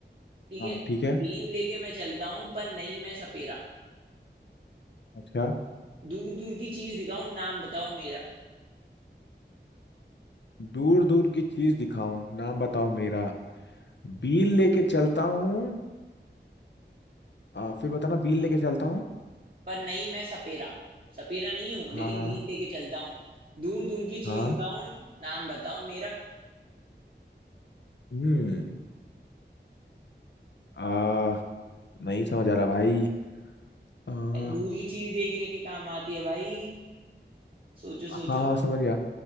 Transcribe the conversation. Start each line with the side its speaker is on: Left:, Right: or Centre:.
Right: ठीक
Left: हाँ
Right: है
Left: ठीक है
Right: बीन लेके मैं चलता हूँ पर नहीं मैं सपेरा
Left: अच्छा
Right: दूर दूर की चीज दिखाऊं नाम बताओ मेरा
Left: दूर दूर की चीज दिखाऊं नाम बताओ मेरा बिल लेके चलता हूँ आ, फिर बताना बिल लेके चलता हूँ
Right: पर नहीं मैं सपेरा सपेरा नहीं हूँ
Left: हाँ
Right: लेकिन
Left: हाँ
Right: बीन लेके चलता हूँ दूर दूर की
Left: हाँ
Right: चीज दिखाऊं नाम बताओ मेरा
Left: हम्म आ नहीं समझ आ रहा भाई आ, हाँ
Right: दूर की चीज देखने के काम आती है भाई सोचो सोचो
Left: हाँ समझ गया